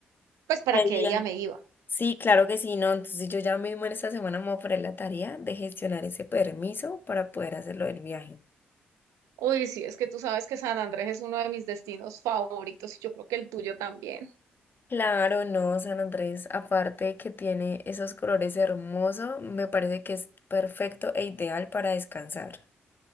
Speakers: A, on the right; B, on the left.
A: pues para
B: ¿Qué día?
A: qué día me iba.
B: Sí, claro que sí, ¿no? Entonces yo ya mismo en esta semana me voy a poner la tarea de gestionar ese permiso para poder hacerlo del viaje.
A: Uy, sí, es que tú sabes que San Andrés es uno de mis destinos favoritos y yo creo que el tuyo también.
B: Claro, no, San Andrés, aparte de que tiene esos colores hermosos, me parece que es perfecto e ideal para descansar.